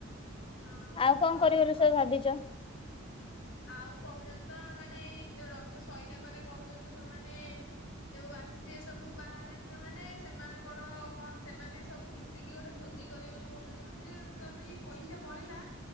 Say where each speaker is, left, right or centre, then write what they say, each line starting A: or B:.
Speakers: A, on the left (about 75°); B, on the left (about 25°).
A: ହଁ
B: ଆଉ
A: ଏଥର
B: କଣ କରିବ
A: ସେମିତି
B: ବୋଲି
A: କ
B: ସବୁ ଭାବିଛ?
A: ଆଉ କହୁଛନ୍ତି ତ ମାନେ ଏଇ ଯୋଉ ରଜ ସଇଲା ପରେ କହୁଛନ୍ତି ତ ସେମାନେ ଯୋଉ ଆସିଥିବେ ସବୁ ବାହାହେଲା ଝିଅ ମାନେ ସେମାନଙ୍କର କଣ ସେମାନେ ସବୁ ମିଶିକି ଗୋଟେ ଭୋଜି କରିବେ ବୋଲି କହୁଛନ୍ତି। ମାନେ ଯଦି ଏଇ ପଇସା ବଳିଲା